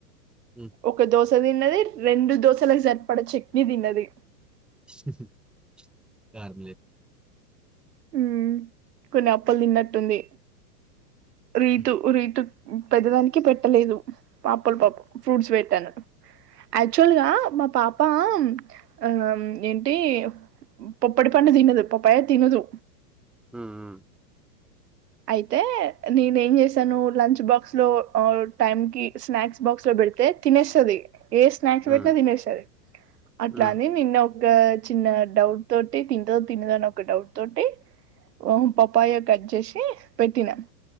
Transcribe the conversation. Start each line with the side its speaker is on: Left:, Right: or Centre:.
Centre: ఉమ్
Right: ఒక దోస తిన్నది రెండూ దోసలకు సరిపడ చట్నీ తిన్నది
Centre: ఉహు కార్ములె
Right: ఉమ్ కొన్ని అప్పల్ తిన్నట్టుంది రీతు
Centre: ఉమ్
Right: రీతు పెద్దదానికి పెట్టలేదు పాపల ఫ్రూట్స్ పెట్టాను యాక్చువల్ గా మా పాప ఉమ్ ఏంటి పొప్పడి పండు తినదు పప్పాయా తినదు
Centre: ఉ ఉమ్
Right: అయితే నేను ఏం చేసాను లంచ్ బాక్స్ లో టైమ్ కి స్నాక్స్ బాక్స్ లో పెడితే తినేస్తది. ఏ స్నాక్స్ పెట్టినా
Centre: ఉమ్
Right: తినేస్తది అట్లనె
Centre: ఉమ్
Right: నిన్న గా చిన్న డౌట్ తోటి తింటదో తినదో అని ఒక డౌట్ తోటి వన్ పప్పాయా కట్ జేషి పెట్టిన